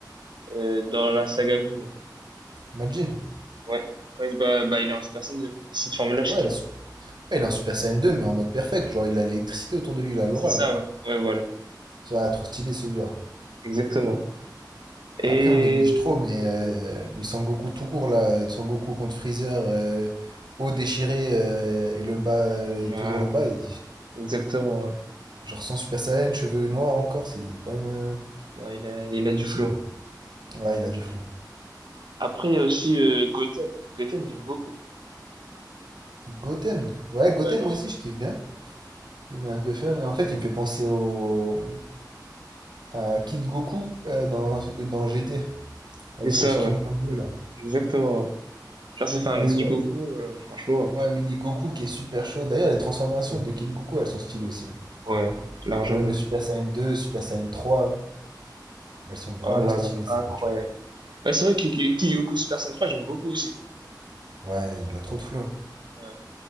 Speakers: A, on the right (about 80°); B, on the right (about 70°).
A: euh, dans la saga Buu, là.
B: Imagine.
A: Ouais. Quand il se bat, bah, il est en Super Saiyan deux Cette forme-là, je
B: Ouais,
A: kiffe.
B: su- ouais, il est en Super Saiyan 2 mais en mode perfect. Genre, il a l'électricité autour de lui, il a l'aura,
A: C'est ça,
B: là.
A: ouais. Ouais, voilà.
B: Ça va trop stylé, celui-là.
A: Exactement. Et.
B: Après, on néglige trop, mais euh, le Sangoku tout court, là, euh, Sangoku contre Freezer, euh, haut déchiré euh, et le bas, euh,
A: Ouais,
B: et toujours le bas, il-
A: exactement, ouais.
B: genre sans Super Saiyan, cheveux noirs encore, c'est quand même, euh,
A: Ouais, il a, il
B: quand
A: a
B: même
A: du
B: stylé.
A: flow.
B: Ouais, il a du flow.
A: Après, il y a aussi euh, Goten. Goten, j'aime beaucoup.
B: Goten. Ouais, Goten,
A: Ouais, le-
B: moi aussi, je kiffe bien. Il est un peu fun. En fait, il me fait penser au... à Kid Goku euh, dans... dans GT, avec
A: C'est
B: son
A: ça,
B: petit kimono
A: ouais.
B: bleu, là.
A: Exactement, ouais. Genre, ça fait un
B: Ouais,
A: mini
B: celui
A: Goku, euh, franchement.
B: Ouais, mais il dit Goku qui est super chaud. D'ailleurs, les transformations
A: Mhm.
B: de Kid Goku, elles sont stylées aussi. hein.
A: Ouais, largement.
B: Genre même le Super Saiyan 2, Super Saiyan 3, elles sont vraiment
A: Oh là
B: stylées,
A: là,
B: ces
A: incroyable.
B: voitures.
A: Ouais, c'est vrai que Ky- Kygoku Super Saiyan trois j'aime beaucoup aussi.
B: Ouais, il a trop de flow.
A: Ouais.